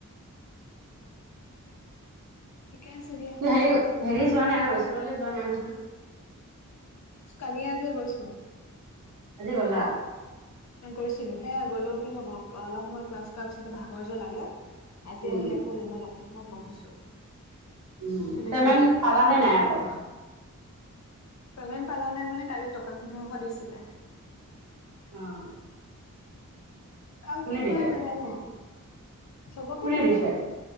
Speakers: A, on the left; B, on the right.
A: ঠিকে আছে দিয়া।
B: হেৰি হেৰি যোৱা নাই নহয় স্কুললৈ যোৱা নাই নহয়।
A: কালি আজি গৈছো।
B: আজি গলা
A: কৈছিলো হে গ'লেও কি হব অলপ সময় ক্লাছ কৰাৰ পিছতে ভাগৰ যে লাগে আজি
B: উম
A: আহি আকৌ ৰুমত অক মই বহিছো
B: উম
A: তেনেকে
B: পেমেণ্ট
A: গৈছো
B: পালা নে নাই আকৌ
A: পেমেণ্ট পালা নে মানে কালি টকা পোন্ধৰ শ দিছিলে।
B: অ
A: আৰু
B: কোনে
A: কি
B: দিলে
A: কয় নাজানো চবকে
B: কোনে
A: দিছা
B: দিছে